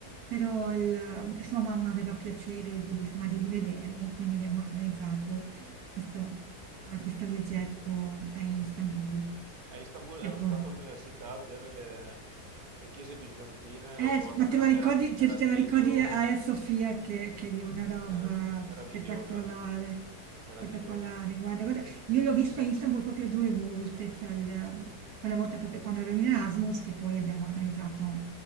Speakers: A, on the right; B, on the right.
A: però il- eh, sua mamma aveva piacere di, insomma, di rivedermi, quindi abbiamo organizzato questo, eh, questo viaggetto a Istanbul.
B: A Istanbul ero
A: E poi-
B: stato all'università a vedere le, le chiese bizantine,
A: Eh,
B: l'ho trovata
A: ma
B: mera-
A: te la ricordi,
B: mera-
A: te,
B: meravigliosa,
A: te la ricordi Aya Sofia che, che è di una roba
B: meravi- meravigliosa,
A: spettacolare, spettacolare.
B: meravigliosa.
A: Guarda, guarda, io l'ho vista a Istanbul proprio due volte, cioè il- quella volta proprio quando ero in Erasmus, che poi abbiamo organizzato,